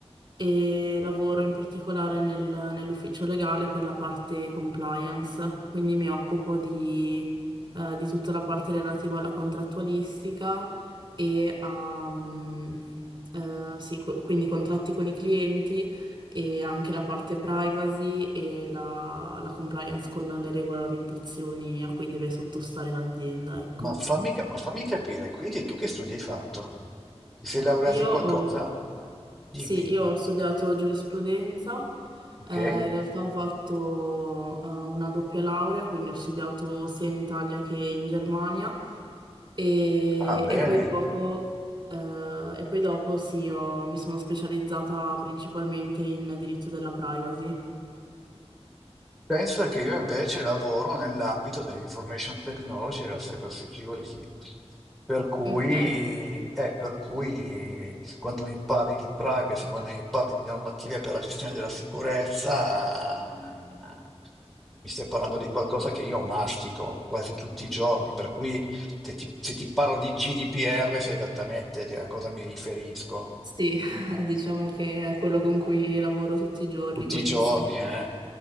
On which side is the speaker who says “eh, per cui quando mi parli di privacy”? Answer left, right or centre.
Centre